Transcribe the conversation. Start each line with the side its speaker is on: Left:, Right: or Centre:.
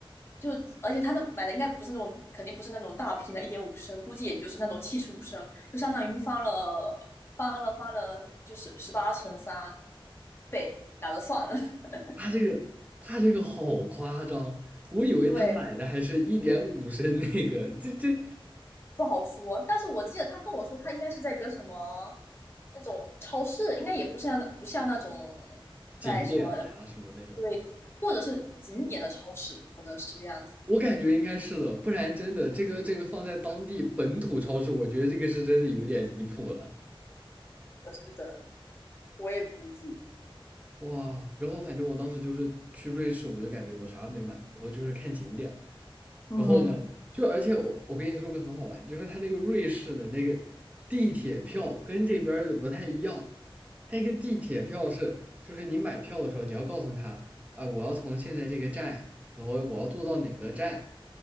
Left: 就而且他那买的应该不是那种，肯定不是那种大瓶的，一点五升，估计也就是那种七十五升，就相当于翻了翻了翻了，就是十八乘三倍，懒得算了，<laughs>
Right: 他这个他这个好夸张，我以为他买的还是一点五升那个，
Left: 对，
Right: 这这
Left: 不好说。但是我记得他跟我说，他应该是在一个什么那种超市，应该也不像不像那种在什么
Right: 景点啊什么那种，
Left: 对，或者是景点的超市，可能是这样子。
Right: 我感觉应该是的，不然真的这个这个放在当地本土超市，我觉得这个是真的有点离谱了。
Left: 是的，我也估计。
Right: 哇，然后反正我当时就是去瑞士，我就感觉我啥都没买，然后就是看景点，
Left: 嗯，
Right: 然后呢，就而且我我跟你说个很好玩，就是他那个瑞士的那个地铁票跟这边儿的不太一样，他一个地铁票是就是你买票的时候你要告诉他啊，我要从现在这个站，然后我要坐到哪个站，